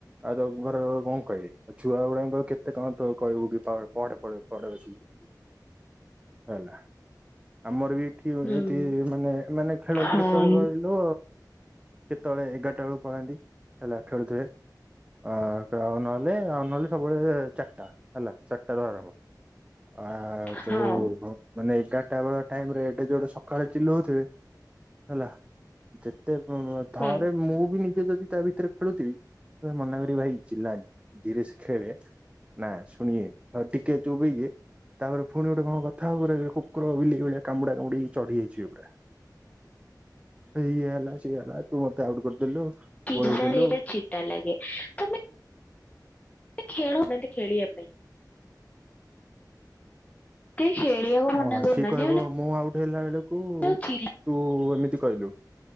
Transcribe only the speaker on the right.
ଆଉ ତ ଘର ଲୋକ କଣ କହିବେ? ଆଉ ଛୁଆ ଗୁଡାଙ୍କ ଆଉ କେତେ କଣ କହିବୁ କି ପଢ଼ ପଢ଼ ପଢ଼ ବସିକି।
ହେଲା ଆମର ବି ଏଠି
ଏଠି ମାନେ ମାନେ ଖେଳନ୍ତି
କେତେବେଳେ କହିଲୁ? କେତେବେଳେ ଏଗାରଟା ବେଳକୁ ପଳାନ୍ତି ହେଲା ଖେଳୁଥିବେ? ଆ ଆଉ ନହେଲେ, ଆଉ ନହେଲେ ସବୁବେଳେ ଚାରିଟା ହେଲା, ଚାରିଟା ରୁ ଆରମ୍ଭ। ଆ ଯୋଉ
ମାନେ ଏଗାରଟା ବେଳ ଟାଇମ ରେ ଏଡ଼େ ଜୋରେ ସକାଳେ ଚିଲଉଥିବେ ହେଲା, ଯେତେ ଉଁ ଥରେ
ମୁଁ ବି ଯଦି ତା ଭିତରେ ଖେଳୁଥିବି, ମନା କରିବି ଭାଇ ଚିଲାନି ଧୀରେ ସେ ଖେଳେ ନା ଶୁଣିବେନି, ଟିକେ ଚୁପ୍ ହେଇଯିବେ ତାପରେ ପୁଣି ଗୋଟେ କଣ କଥା ହବ କୁକୁର ବିଲେଇ ଭଳିଆ କାମୁଡ଼ା କାମୁଡ଼ିକି ଚଢ଼ି ହେଇଯିବେ ପୁରା। ଇଏ ହେଲା, ସିଏ ହେଲା, ତୁ ମତେ ଆଉଟ କରିଦେଲୁ।
ଗୋଳେଇ ଦେଲୁ
ହଁ
ସିଏ କହିବ ମୁଁ ଆଉଟ ହେଲା ବେଳକୁ
ତୁ ଏମିତି କହିଲୁ